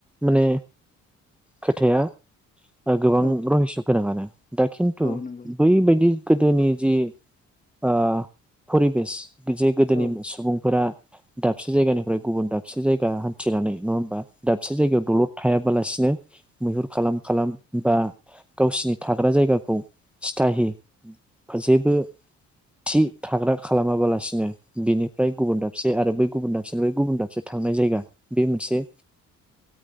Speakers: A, in the centre; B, on the left.
A: माने खोथाया ओ गोबां
B: औ
A: रहिस' गोनाङानो दा खिन्थु
B: औ नंगौ
A: बैबायदि गोदोनि जि ओ परिबेस जे गोदोनि
B: औ
A: सुबुंफोरा दाबसे जायगानिफ्राय गुबुन दाबसे जायगा हान्थिनानै नङा होमबा? दाबसे जायगायाव दलद थायाबालास ने मैहुर खालाम खालाम बा गावसिनि थाग्रा जायगाखौ सिथाहि जेबो थि थाग्रा खालामाबालासिनो उम बेनिफ्राय गुबुन दाबसे आरो बै गुबुन दाबसेनिफ्राय गुबुन दाबसे थांनाय जायगा बे मोनसे